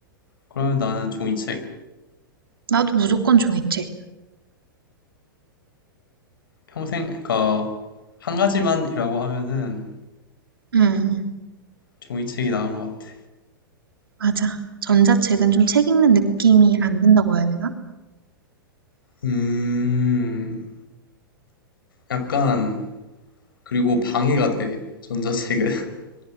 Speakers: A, on the left; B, on the right.
A: 그러면 나는 종이책
B: 나도 무조건 종이책.
A: 평생 그니까 한 가지만이라고 하면은
B: 음,
A: 종이책이 나은 것 같아.
B: 맞아. 전자책은 좀 책 읽는 느낌이 안 든다고 해야 되나?
A: 음, 약간 그리고 방해가 돼. 전자책은. <laughs>